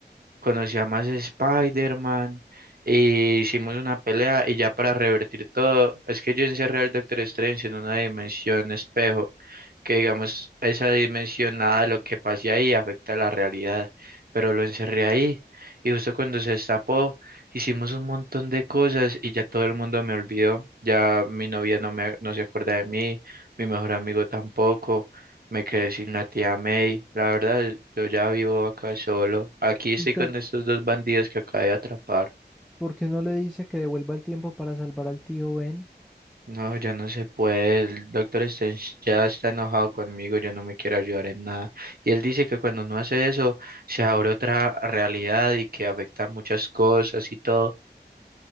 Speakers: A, on the right; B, in the centre.
A: conocí a más Spider-Man, e hicimos una pelea y ya para revertir todo, es que yo encerré al Doctor Strange en una dimensión espejo, que digamos, esa dimensión, nada de lo que pase ahí afecta a la realidad, pero lo encerré ahí y justo cuando se destapó, hicimos un montón de cosas y ya todo el mundo me olvidó, ya mi novia no me, no se acuerda de mí, mi mejor amigo tampoco. Me quedé sin la tía May. La verdad, yo ya vivo acá solo. Aquí estoy
B: ¿Y usted
A: con estos dos bandidos que acabé de atrapar.
B: por qué no le dice que devuelva el tiempo para salvar al tío Ben?
A: No, ya no se puede. El doctor Strange ya está enojado conmigo, ya no me quiere ayudar en nada. Y él dice que cuando uno hace eso, se abre otra realidad y que afecta muchas cosas y todo.